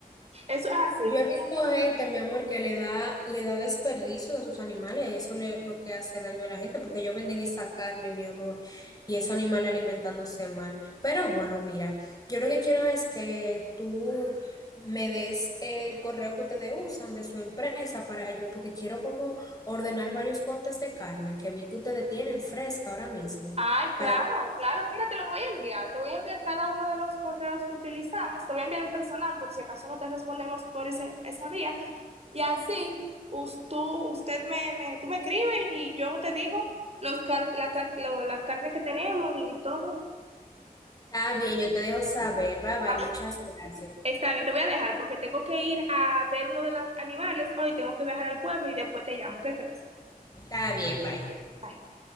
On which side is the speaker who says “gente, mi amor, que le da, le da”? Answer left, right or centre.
Left